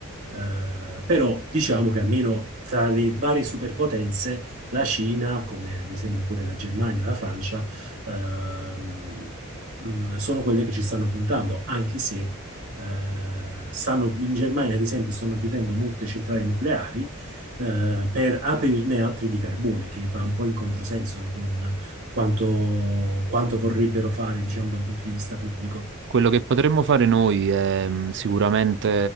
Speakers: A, on the right; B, on the right.
A: Eh, però diciamo che almeno tra le varie superpotenze la Cina, come ad esempio pure la Germania, la Francia, ehm, mh, sono quelle che ci stanno puntando, anche se eh, stanno, in Germania, ad esempio, stanno chiudendo molte centrali nucleari eh, per aprirne altre di carbone, che va un po' in controsenso con quanto, quanto vorrebbero fare, diciamo, da un punto di vista pubblico.
B: Quello che potremmo fare noi è mh, sicuramente